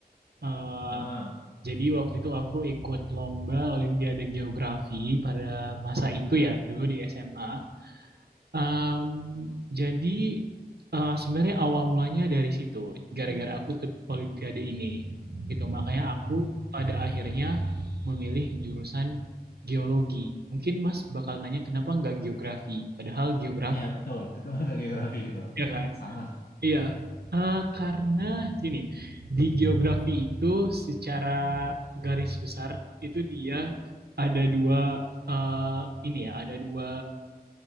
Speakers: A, on the right; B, on the left.
A: Eh,
B: Ah.
A: Jadi waktu itu aku ikut lomba Olimpiade Geografi pada masa itu ya, dulu di SMA. Um, jadi uh, sebenarnya awal mulanya dari situ, gara-gara aku ikut Olimpiade ini. Gitu, makanya aku
B: Hmm.
A: pada akhirnya memilih jurusan geologi. Mungkin Mas bakal nanya kenapa nggak geografi, padahal geografi
B: Iya betul <laughs> kedua ke geografi gitu loh
A: ya
B: kan
A: kan?
B: sama
A: Iya, eh, karena gini, di geografi itu secara garis besar itu dia ada dua eh, ini ya, ada dua